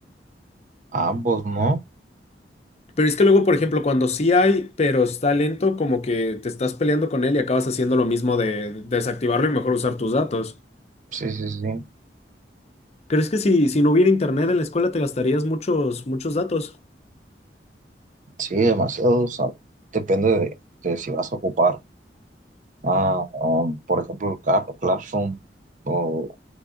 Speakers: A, on the right (about 45°); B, on the left (about 40°).
A: A ambos, ¿no?
B: Pero es que luego, por ejemplo, cuando sí hay, pero está lento, como que te estás peleando con él y acabas haciendo lo mismo de desactivarlo y mejor usar tus datos.
A: Sí, sí, sí.
B: ¿Crees que si, si no hubiera internet en la escuela te gastarías muchos, muchos datos?
A: Sí, demasiado. O sea, depende de, de si vas a ocupar, ah, um, por ejemplo, el Car- Classroom. o